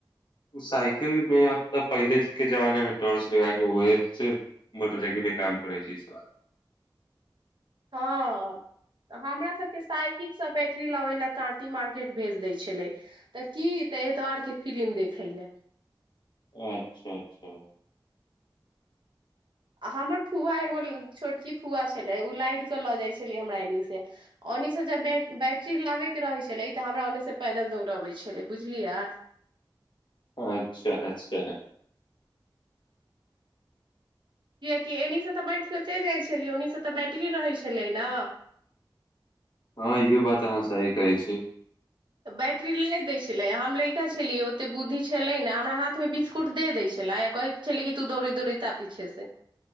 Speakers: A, on the left (about 60°); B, on the right (about 65°).
A: साइकिल मे अब तऽ पहिले के जमाने मे टॉर्च लगा के उहे मोटर साइकिल के काम करै छी इस बार
B: हँऽ हमरा सभके साइकिल सँ बैटरी लबै ले काँटी मार्केट भेज दै छेलै तऽ की तऽ एतबारके फिलिम देखय ले
A: अच्छा अच्छा
B: आ हमर फूआ एगो छोटकी फूआ छलै ओ लादि कऽ लऽ जाइत छलै हमरा एन्नेसँ ओन्नसँ जब बै बैटरी लाबयके रहै छलै तऽ हमरा ओन्सँ पैदल दौड़बै छेलै बुझलियै
A: अच्छा अच्छा
B: किएकि एन्निसँ तऽ बैठि कऽ चलि जाइ छेलियै ओन्निसँ तऽ बैटरी रहै छेलै न
A: हँ इहो बात अहाँ सही कहै छी
B: तऽ बैट्री लै दै छेलै हम लइका छेलियै ओतेक बुद्धि छेलै नै हमरा हाथमे बिस्कुट दे दै छेलै आ कहैत छेलै कि तू दौड़ैत दौड़ैत आ पीछेसँ